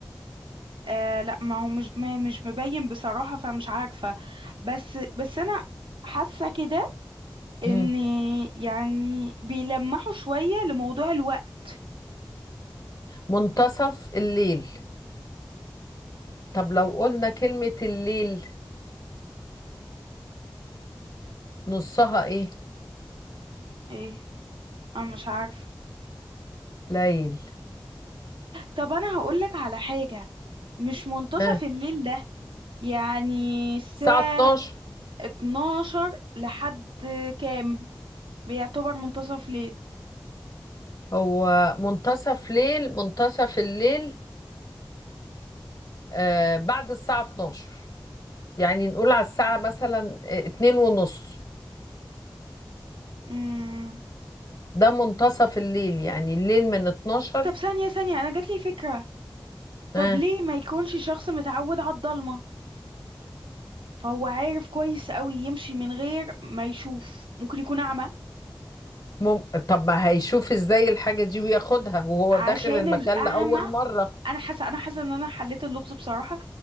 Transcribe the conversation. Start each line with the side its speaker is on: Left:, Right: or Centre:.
Right: آه لا ما هو مش ما مش مبين بصراحة فمش عارفة بس بس أنا حاسة كده إن
Left: مم.
Right: يعني بيلمحوا شوية لموضوع الوقت
Left: منتصف الليل طب لو قلنا كلمة الليل نصها ايه
Right: إيه أنا مش عارفة
Left: الليل
Right: طب أنا هقولك على حاجة مش منتصف
Left: ها
Right: الليل ده يعني الساعة
Left: الساعة 12
Right: 12 لحد كام بيعتبر منتصف ليل
Left: هو منتصف ليل منتصف الليل آه بعد الساعة 12 يعني نقول على الساعة مثلا آه، اتنين ونص
Right: مم.
Left: ده منتصف الليل يعني الليل من 12
Right: طب ثانية ثانية أنا جاتلي فكرة
Left: ها
Right: طب ليه ما يكونش شخص متعود على الضلمة فهو عارف كويس قوي يمشي من غير ما يشوف ممكن يكون اعمى
Left: مم... طب ما هيشوف ازاي الحاجة دي وياخدها وهو
Right: عشان
Left: داخل المكان
Right: الاعمى
Left: لأول مرة
Right: انا حاسه انا حاسه ان انا حليت اللغز بصراحه